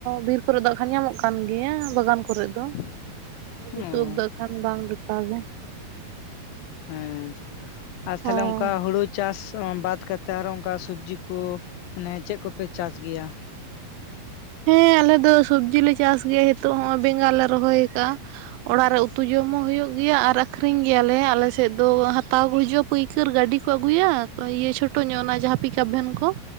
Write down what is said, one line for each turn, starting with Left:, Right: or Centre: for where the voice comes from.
Right: ᱵᱤᱨ ᱠᱚ ᱨᱮ ᱫᱚ ᱦᱟᱸᱜ ᱠᱷᱟᱱ ᱧᱟᱢᱚᱜ ᱠᱟᱱ ᱜᱮᱭᱟ ᱵᱟᱜᱟᱱ ᱠᱚᱨᱮ ᱫᱚ᱾
Left: <inaudible>
Right: ᱟᱫᱚ
Left: ᱚ
Right: ᱵᱩᱥᱩᱵ ᱳᱫ ᱫᱚ ᱮᱠᱷᱚᱱ ᱵᱟᱝ ᱞᱮᱠᱟ ᱜᱮ᱾
Left: ᱦᱮᱸ ᱟᱨ ᱛᱟᱦᱞᱮ
Right: ᱦᱳᱭ
Left: ᱚᱱᱠᱟ ᱦᱳᱲᱳᱡ ᱪᱟᱥ ᱵᱟᱫ ᱠᱟᱛᱮᱫ ᱟᱨ ᱦᱚᱸ ᱚᱱᱠᱟ ᱥᱚᱵᱡᱤ ᱠᱚ ᱢᱟᱱᱮ ᱪᱮᱫ ᱠᱚ ᱯᱮ ᱪᱟᱥ ᱜᱮᱭᱟ᱾
Right: ᱦᱮᱸ ᱟᱞᱮ ᱫᱚ ᱥᱚᱵᱽᱡᱤ ᱞᱮ ᱪᱟᱥ ᱜᱮᱭᱟ ᱱᱤᱛᱚᱜ ᱦᱚᱸᱜ ᱵᱮᱸᱜᱟᱲ ᱞᱮ ᱨᱚᱦᱚᱭ ᱟᱠᱟᱜᱼᱟ᱾ ᱚᱲᱟᱜ ᱨᱮ ᱩᱛᱩ ᱡᱚᱢ ᱦᱚᱸ ᱦᱩᱭᱩᱜ ᱜᱮᱭᱟ, ᱟᱨ ᱟᱠᱷᱨᱤᱧ ᱜᱮᱭᱟ ᱞᱮ ᱟᱞᱮ ᱥᱮᱫ ᱫᱚ ᱦᱟᱛᱟᱣ ᱠᱚ ᱦᱤᱡᱩᱜᱼᱟ᱾ ᱯᱟᱹᱭᱠᱟᱹᱨ ᱜᱟᱹᱰᱤ ᱠᱚ ᱟᱹᱜᱩᱭᱼᱟ ᱤᱭᱟᱹ ᱪᱷᱳᱴᱳ ᱧᱚᱜ ᱚᱱᱟ ᱡᱟᱸᱦᱟ ᱯᱤᱠᱟᱯ ᱵᱷᱮᱱ ᱠᱚ᱾